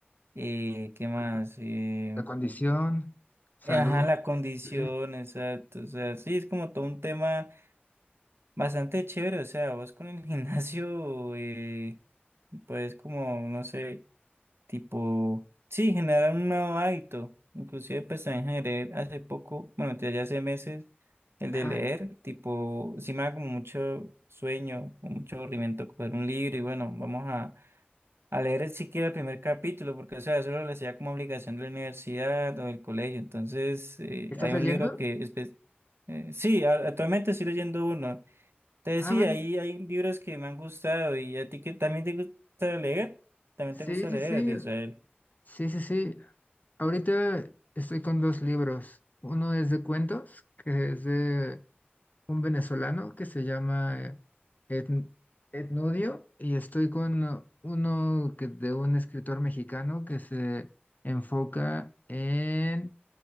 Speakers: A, on the right; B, on the left.
A: eh, ¿qué más?
B: Perfecto.
A: Eh,
B: La condición, salud,
A: eh, ajá, la condición,
B: sí.
A: exacto, o sea, sí, es como todo un tema Bastante chévere, o sea, vos con el <laughs> gimnasio, eh, pues como, no sé, tipo, sí, generar un nuevo hábito. Inclusive pues también generé hace poco, bueno, ya ya hace meses, el
B: Ajá.
A: de leer, tipo, si me da como mucho sueño, o mucho aburrimiento coger un libro y bueno, vamos a, a leer siquiera el primer capítulo, porque o sea, eso lo hacía como obligación de la universidad o del colegio. Entonces, eh,
B: ¿Estás
A: hay
B: leyendo?
A: un libro que, espe- eh, sí, a- actualmente estoy leyendo uno. Entonces
B: Ah,
A: sí,
B: vale.
A: hay, hay libros que me han gustado y a ti que también te gusta leer, también
B: Sí,
A: te gusta
B: sí,
A: leer,
B: sí.
A: Israel.
B: Sí, sí, sí. Ahorita estoy con dos libros. Uno es de cuentos, que es de un venezolano que se llama eh, Etn- Etnudio, y estoy con uh, uno que, de un escritor mexicano que se enfoca en